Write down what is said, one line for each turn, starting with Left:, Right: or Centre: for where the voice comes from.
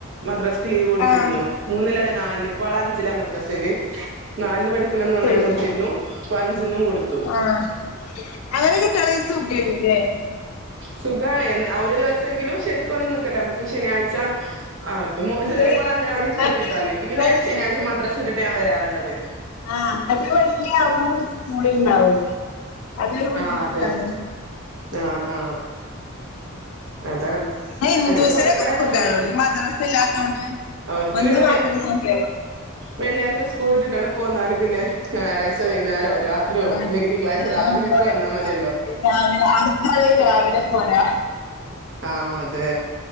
Right: മദ്രാക്ക് ലീവ് കൊടുത്തിരുന്നു
Left: ആഹ്
Right: മൂന്നിലല്ലേ നാല ഇപ്പൾ അഞ്ചില മദ്രാ ശല നാല് പഠിക്കണെന്നും
Left: ആഹ്
Right: അങ്ങനെ
Left: ശരി
Right: കൊടുത്തിരുന്നു അപ്പൊ അഞ്ചന്നും കൊടുത്തു
Left: ആഹ് അങ്ങനെ കെട്ടടളൈസൊക്കണല്ലേ
Right: സുഖണ് ഒരു ദിവസെങ്കിലും ശക്ക് വന്ന നക്കല നമുക്ക് ശനാഴ്ച പ ആ ഇപ്പൊ
Left: മറ്റേ
Right: ചെറിയ മോളെ അംഗനവാടിചേർത്തിട്ടോ
Left: മറ്റേ
Right: അല്ലെങ്കി പിന്നെ
Left: വെൾ
Right: ശനിയാഴ്ച മാദ്രാസ ഇട്ടിട്ട് ഞാൻ വരാറുള്ളത്
Left: ആഹ അങ്ങത് വല്യ ആവുന്ന സ്കൂളിൽ ഉണ്ടാവൂല അതൊരു ബുദ്ധിമുട്ടാണ്
Right: ആ അതെ ആ ആ അതാണ്
Left: പിന്നെ ഹിന്ദൂസിനൊക്കെ
Right: അങ്ങനെ കൊടുക്കണേ
Left: സുഖാണ്
Right: നന്നായിരുന്നു
Left: ഓൽക്ക് മദ്രസ ഇല്ലാത്തോണ്ട്
Right: അവർക്ക്
Left: ഒന്ന്
Right: പിന്നെ
Left: വാത്ത്ക്ക് നോക്കിയാ
Right: വെള്ളിയാഴ്ച സ്കൂൾ ഇട്ടിട്ടാണ് പോന്നാല് പിന്നെ ഞായറാഴ്ച വൈകുന്നേരോ
Left: ആാഴ്ച
Right: രാത്രിയോ അല്ലെങ്കിൽ
Left: വൈകേരം
Right: തിങ്കളാഴ്ച രാവിലെയൊക്കെ
Left: പോ
Right: വന്നാ മതിയല്ലോ
Left: രാവെ അടുത്താള രാവിലെ <unintelligible> പോരാ
Right: ആഹ അതെ